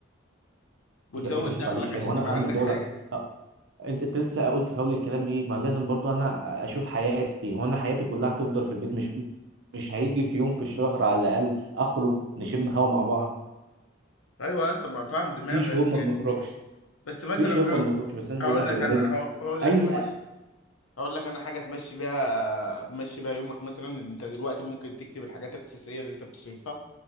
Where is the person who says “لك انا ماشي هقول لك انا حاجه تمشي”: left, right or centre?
Left